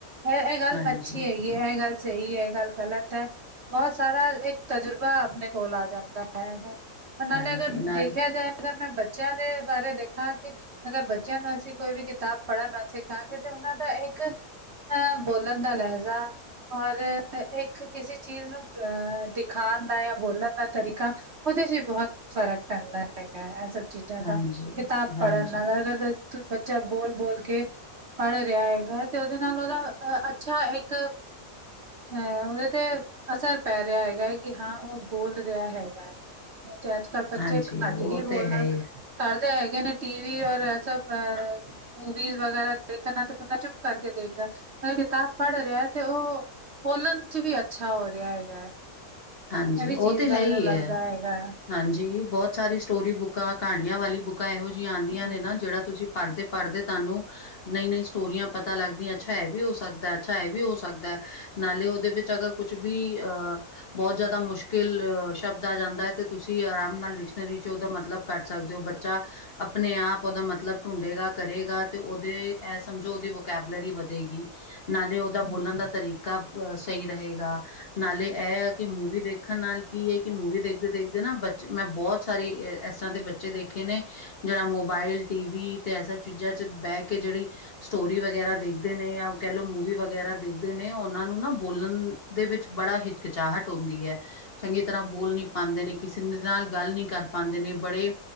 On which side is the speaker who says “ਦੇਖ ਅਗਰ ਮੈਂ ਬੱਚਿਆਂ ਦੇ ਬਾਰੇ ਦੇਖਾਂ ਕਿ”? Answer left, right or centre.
Right